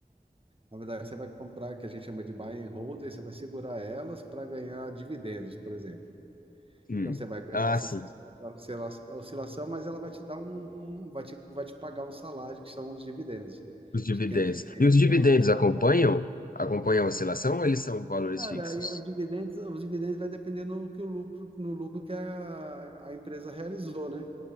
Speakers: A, on the right; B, on the left.
A: na verdade, você vai comprar, que a gente chama de buy and hold, e você vai segurar elas para ganhar dividendos, por exemplo.
B: Hum.
A: Então você vai aguentar
B: Ah,
A: essa
B: sim,
A: oscila- oscilação, mas ela vai te dar um, vai te, vai te pagar um salário, que são os dividendos.
B: os dividendos.
A: De tempos em tempos
B: E os dividendos
A: ela vai te
B: acompanham?
A: pagar.
B: Acompanham a oscilação ou eles são valores
A: Cara,
B: fixos?
A: aí os dividendos, os dividendos vai depender no que o lucro, no lucro que a, a empresa realizou, né?